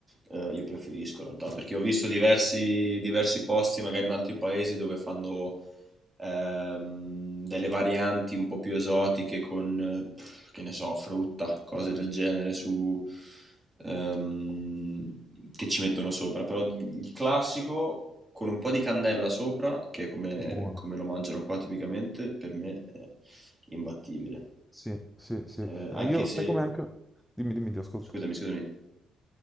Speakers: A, on the right; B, in the centre.
A: eh, io preferisco in realtà, perché ho visto diversi, diversi posti magari in altri paesi dove fanno ehm, delle varianti un po' più esotiche con, eh, pff, che ne so, frutta, cose del genere su, ehm, che ci mettono sopra. Però il classico con un po' di cannella sopra, che è come,
B: Buono.
A: come lo mangiano qua tipicamente, per me è imbattibile.
B: Sì, sì, sì.
A: Eh,
B: E
A: anche
B: io,
A: se,
B: sai come anche... Dimmi, dimmi, ti ascolto.
A: scusami, scusami.